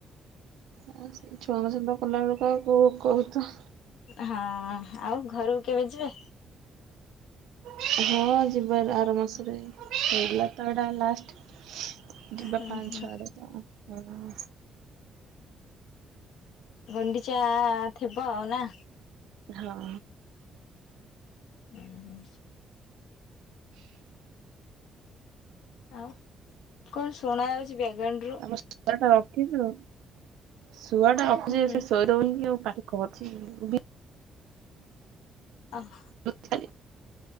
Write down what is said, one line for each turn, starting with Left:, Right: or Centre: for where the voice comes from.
Right: ହଁ ସେଇ ଛୁଆଙ୍କ ସେବା କଲାବେଳକୁ ଆଉ କୋଉ ଭୋକ ହଉଥୁବ।
Left: ହଁ, ଆଉ ଘରକୁ କେବେ ଯିବେ?
Right: ହଁ ହଁ ଯିବାର ଆର ମାସରେ, ହେଲା ତ ଏଟା ଲାଷ୍ଟ ଯିବା
Left: ହୁଁ
Right: ପାଞ୍ଚ
Left: ହୁଁ
Right: ଛଅ ଆଡକୁ ଆଉ <inaudible>
Left: ଗୁଣ୍ଡିଚା ଥିବ ଆଉ ନା?
Right: ହଁ।
Left: ଉଁ, ହୁଁ। ଆଉ କଣ ଶୁଣା ଯାଉଛି ବ୍ୟାଗାଣ୍ଡ୍ ରୁ?
Right: ଆମ ଶୁଆ ଟା ଅଖିଛୁ ଶୁଆ ଟା ଅଖିଛି
Left: ହୁଁ
Right: ସେ ଶୋଇଦଉନି କି ଆଉ ପାଟି କ ଅଛି ବି
Left: ଆହା।
Right: ଖାଲି